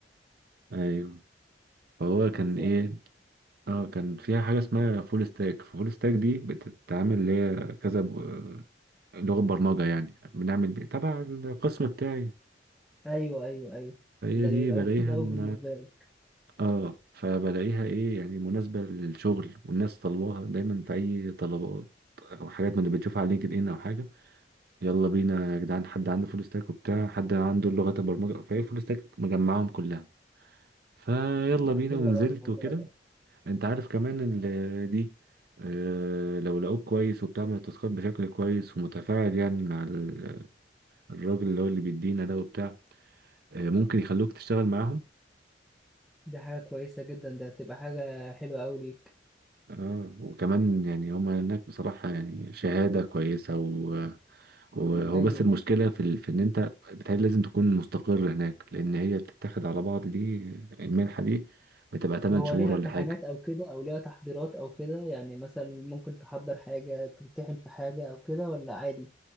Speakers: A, on the right; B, in the centre.
A: أيوه فهو
B: بالظبط
A: كان إيه اه كان فيها حاجة اسمها فول ستاك فول ستاك دي بتتعامل اللي هي كذا ب- لغة برمجة يعني بنعمل بيه تبع القسم بتاعي
B: ايوه ايوه ايوه
A: فهي
B: ده
A: دي
B: بيبقى
A: بلاقيها
B: مفيد قوي
A: ان
B: بالنسبه لك
A: اه فبلاقيها ايه يعني مناسبة للشغل والناس طلبوها دايما في اي طلبات او حاجات من اللي بتشوفها على لينكد ان او حاجة يلا بينا يا جدعان حد عنده فول ستاك وبتاع حد عنده لغات البرمجة فهي فول ستاك مجمعهم كلها فيلا
B: لا
A: بينا
B: حلو
A: ونزلت
B: قوي الموضوع
A: وكده
B: ده
A: انت عارف كمان ال- دي آه، لو لقوك كويس وبتعمل التاسكات بشكل كويس ومتفاعل يعني مع ال- الراجل اللي هو اللي بيدينا ده وبتاع آه، ممكن يخلوك تشتغل معاهم
B: دي حاجه كويسه جدا ده هتبقى حاجه حلوه قوي ليك
A: اه وكمان يعني هما هناك بصراحة يعني شهادة كويسة و وهو
B: ايوه
A: بس المشكلة في, ال... في إن أنت بتهيألي لازم تكون مستقر هناك لأن هي بتتاخد على بعض دي المنحة دي بتبقى 8
B: هو
A: شهور
B: ليها
A: ولا
B: امتحانات
A: حاجة
B: او كده او ليها تحضيرات او كده يعني مثلا ممكن تحضر حاجه تمتحن في حاجه او كده ولا عادي